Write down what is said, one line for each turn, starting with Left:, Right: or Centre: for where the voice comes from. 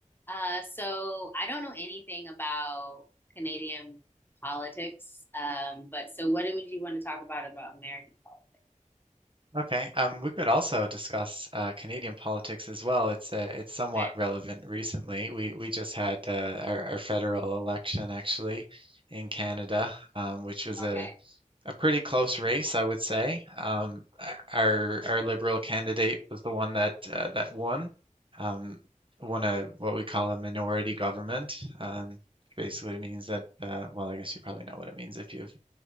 Left: Uh, so I don't know anything about Canadian politics. Um, but so what would you want to talk about about American politics?
Right: Okay, um, we could also discuss uh, Canadian politics as well. It's uh, it's somewhat
Left: Okay.
Right: relevant recently. We we just had uh, our, our federal election actually in Canada, um, which was
Left: Okay.
Right: a, a pretty close race, I would say. Um, o- our our Liberal candidate was the one that uh, that won, um, won a what we call a minority government. Um, basically means that uh, well, I guess you probably know what it means if you've